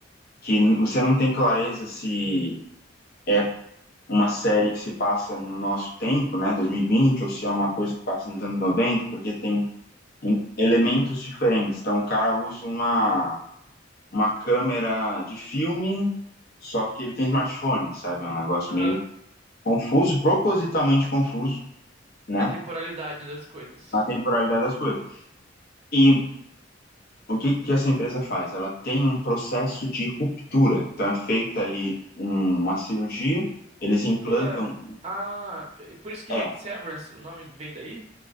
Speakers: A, on the left; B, on the right.
A: que você não tem clareza se é uma série que se passa no nosso tempo, né, dois mil e vinte ou se é uma coisa que passa nos anos noventa porque tem elementos diferentes. Então, o cara usa uma uma câmera de filme, só que ele tem smartphone, sabe? É um negócio
B: Aham,
A: meio confuso, propositalmente confuso, né?
B: na temporalidade das coisas.
A: Na temporalidade das coisas. E o que, que essa empresa faz? Ela tem um processo de ruptura. Então é feita ali um- uma cirurgia, eles implantam.
B: Dura. Ah, é por isso que
A: É,
B: vem Severance, o nome vem daí?